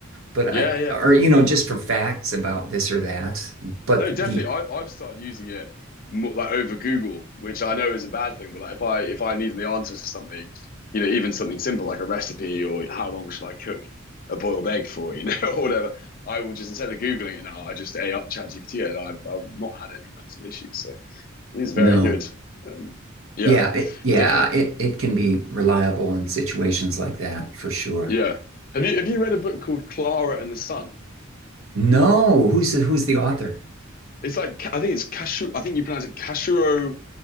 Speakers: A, on the right (about 70°); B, on the left (about 45°).
A: but
B: yeah,
A: I,
B: yeah.
A: or you know, just for facts about this or that. But
B: No, definitely.
A: the
B: I, I've started using it more, like over Google, which I know is a bad thing, but like if I if I need the answer to something, you know, even something simple like a recipe or how long should I cook a boiled egg for, you know, <laughs> or whatever, I will just instead of Googling it now, I just AI ChatGPT it and I've I've not had any massive issues. So it is
A: no,
B: very good. Um, yeah,
A: yeah, it, yeah,
B: definitely.
A: it it can be reliable in situations like that for sure.
B: Yeah. Have you have you read a book called Clara and the Sun?
A: No, who's the, who's the author?
B: It's like I think it's Kashu I think you pronounce it Kashuro